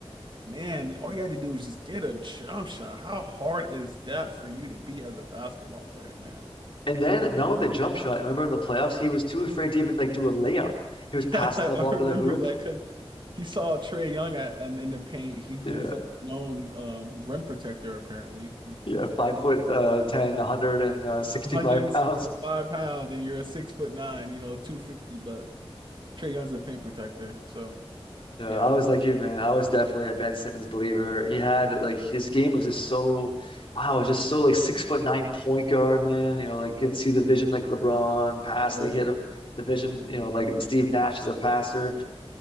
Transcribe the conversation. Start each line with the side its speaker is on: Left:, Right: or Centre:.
Right: man, all you had to do was just get a jump shot. How hard is that for you to be as a basketball player, man? <laughs>
Left: And then now the jump shot. I remember in the playoffs, he was too afraid to even like do a layup. He
Right: Yeah,
Left: was passing
Right: like,
Left: the ball
Right: I
Left: into
Right: remember
Left: the hoop.
Right: that because he saw Trey Young at, and in the paint. He who's
Left: Yeah.
Right: like a known um, rim protector apparently.
Left: Yeah. Five foot uh 10, one hundred sixty-five
Right: 165
Left: <laughs> pounds.
Right: pounds and you're a six foot nine, you know, 250, but Trey Young's a paint protector. So
Left: Yeah, I
Right: yeah,
Left: was like you, man. I was definitely a Ben Simmons believer. He had like his game was just so, I was just so like six foot nine point guard, man. You know, like can see the vision like LeBron pass,
Right: well,
Left: like hit a, the vision, you know, like and Steve Nash as a passer.